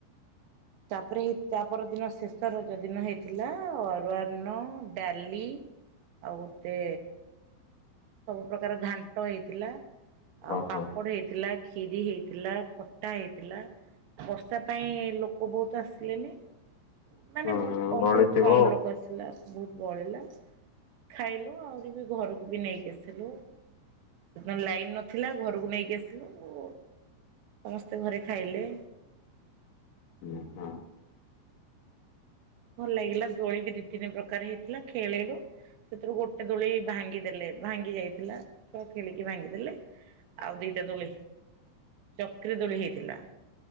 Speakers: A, on the right; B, on the left.
A: ତାପରେ ହେ ତାପର ଦିନ ଶେଷ ରଜ ଦିନ ହେଇଥିଲା ଅରୁଆ ଅନ୍ନ, ଡାଲି ଆଉ ଗୁଟେ ସବୁ ପ୍ରକାର ଘାଣ୍ଟ ହେଇଥିଲା ଆଉ
B: ଓହୋ
A: ପାମ୍ପଡ ହେଇଥିଲା। ଖିରି ହେଇଥିଲା ଖଟା ହେଇଥିଲା। ବର୍ଷା ପାଇଁ ଲୋକ ବୋହୁତ ଆସିଲେନି ମାନେ
B: ହୁଁ
A: ବୋ
B: ହୁଁ
A: କମ୍
B: ବଳିଥିବ
A: ବୋହୁତ କମ୍ ଲୋକ ଆସି ଥିଲା ବୋହୁତ ବଳିଲା ଖାଇଲୁ ଆହୁରି ବି ଘରକୁ ବି ନେଇକି ଆସିଲୁ। ସେ ଦିନ ଲାଇନ୍ ନଥିଲା ଘରକୁ ନେଇକି ଆସିଲୁ। ସମସ୍ତେ ଘରେ ଖାଇଲେ।
B: ହୁଁ ହଁ।
A: ଭଲ ଲାଗିଲା ଦୋଳି ବି ଦି ତିନି ପ୍ରକାର ହେଇଥିଲା ଖେଳିଲୁ। ସେଥିରୁ ଗୋଟେ ଦୋଳି ଭାଙ୍ଗିଦେଲେ ଭାଙ୍ଗି ଯାଇଥିଲା ଛୁଆ ଖେଳିକି ଭାଙ୍ଗିଦେଲେ। ଆଉ ଦିଇଟା ଦୋଳି ଚକ୍ରୀ ଦୋଳି ହେଇଥିଲା।